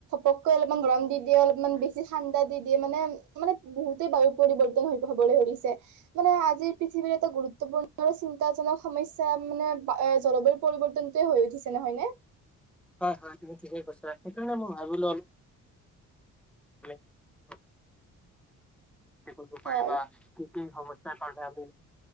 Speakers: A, on the right; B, in the centre.
A: পকৈ অলপমান গৰম দি দিয়ে অলপমান বেছি ঠাণ্ডা দি দিয়ে মানে, মানে বহুতে বায়ু পৰিৱৰ্তন হৈ হ'ব। হবলৈ ধৰিছে। মানে আজিৰ পৃথিৱীৰ এটা গুৰুত্বপূৰ্ণ আৰু চিন্তা যেনে সমসা মানে বা এ জলবায়ুৰ পৰিৱৰ্তনটোয়ে হৈ উঠিছে নহয় নে?
B: হয়, হয় তুমি ঠিকেই কৈছা। সেইকাৰণে মই ভাবিলোঁ অল। মে লোপ। হেৰি কৰিব
A: হয়।
B: পাৰিব কি কি সমস্যা। তাৰ কাৰণে আমি